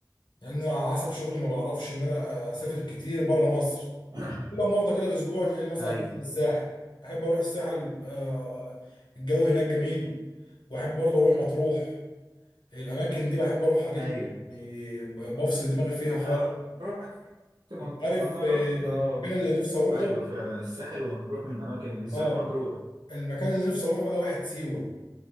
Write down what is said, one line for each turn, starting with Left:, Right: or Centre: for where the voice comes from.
Left: لان انا على حسب شغلي ما بعرفش ان انا اسافر كتير بره مصر
Right: <coughs>
Left: الا لما افضى كده اسبوع تلاقيني مثلا
Right: ايوه
Left: نازل الساحل احب اروح الساحل آه، الجو هناك جميل واحب برضه اروح مطروح الاماكن دي بحب اروحها جدا
Right: ايوه
Left: يعني ب- بفصل دماغي فيها خالص
Right: انا رحت
Left: كنت عارف
Right: انا
Left: آه،
Right: رحت اه
Left: المكان اللي نفسي اروحه
Right: ايوه فعلا الساحل ومطروح من اماكن بالذات
Left: اه
Right: مطروح
Left: المكان اللي نفسي اروحه بقى واحد سيوه